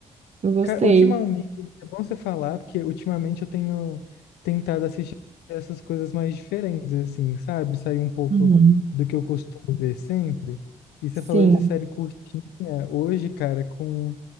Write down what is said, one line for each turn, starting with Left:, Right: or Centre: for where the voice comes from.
Right: Eu gostei.
Left: Cara, ultimamente, é bom você falar, porque ultimamente eu tenho tentado assistir essas coisas mais diferentes, assim, sabe? Sair um pouco
Right: Uhum.
Left: do que eu costumo ver sempre. E você
Right: Sim,
Left: falando de série curtinha, hoje, cara, com